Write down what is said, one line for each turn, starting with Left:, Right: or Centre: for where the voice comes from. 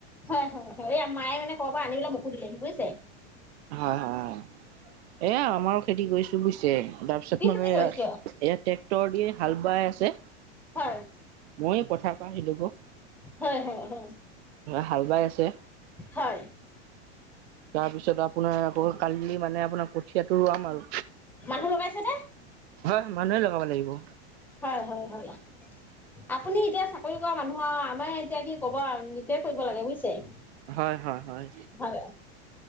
Centre: হয়, হয়, হয়, এই মায়ে মানে ক'ৰ পৰা আনিবলৈ মোকো দিলে বুজিছে।
Right: হয়, হয়, হয় এয়া আমাৰো খেতি কৰিছো বুজিছে। তাৰপিছত
Centre: কি
Right: মানে
Centre: খেতি
Right: এয়া
Centre: কৰিছ?
Right: ট্ৰেক্টৰ দিয়ে হাল বাই আছে।
Centre: হয়
Right: মইয়ে পথাৰ পা আহিলো গৈ।
Centre: হয়, হয়, হয়।
Right: হাল বাই আছে।
Centre: হয়
Right: তাৰপিছত আপোনাৰ আকৌ কালি মানে আপোনাক কঠিয়টো ৰোৱাম আৰু
Centre: মানুহ লগাইছে নে
Right: হয় মানুহে লগাব লাগিব।
Centre: হয় হয় হয় আপুনি এতিয়া চাকৰি কৰা মানুহ আৰু আমাৰ এতিয়া কি ক'ব আৰু নিজয়ে কৰিব লাগে বুজিছে।
Right: হয়, হয়, হয়।
Centre: হয়।